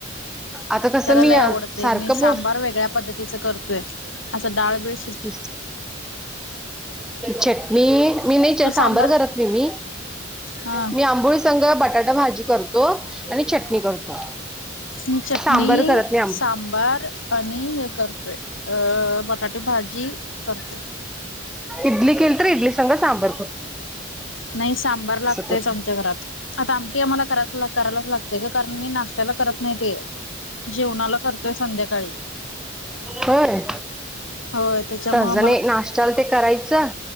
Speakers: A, in the centre; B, on the left.
A: आता कसं
B: त्याला
A: मी
B: लय
A: अ,
B: आवडते
A: सारखं
B: मी सांबार
A: बोल
B: वेगळ्या पद्धतीच करतोय असं डाळबिळ
A: <unintelligible> चट मी मी नाहीच,
B: तू सांबार
A: सांबर करत नाही मी
B: हा
A: मी आंबोळीच संग बटाटा भाजी कर तो आणि चटणी करतो
B: मी चटणी
A: सांबर करत नाही आम्ही
B: सांबार आणि हे करतोय अ बटाटे भाजी करतोय.
A: इडली केली तर इडली संग सांबर करतोय.
B: नाही सांबार लागतयच
A: करतो
B: आमच्या घरात. आता आमटी आम्हाला कराय करायलाच लागते, का कारण मी नाश्त्याला करत नाही ते. जेवणाला करतोय संध्याकाळी.
A: बरं
B: होय, त्याच्यामुळे
A: ज नाही नाष्टयाला ते करायचं